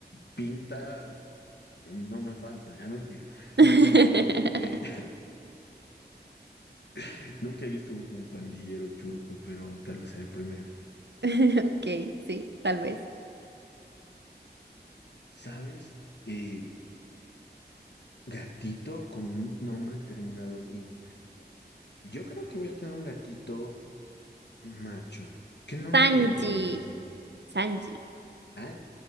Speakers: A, on the left; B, on the right.
A: pinta no me falta, ya mentira.
B: <laughs>
A: No, no, no, no. Eh, <laughs> nunca he visto un, un pandillero churco, pero tal vez sea el primero.
B: <laughs> Ok, sí, tal vez.
A: ¿Sabes? Eh, gatito con un nombre terminado en I. Yo creo que voy a tener un gatito macho. ¿Qué nombre
B: Sanji,
A: le pondrías? O sea,
B: Sanji,
A: Pan-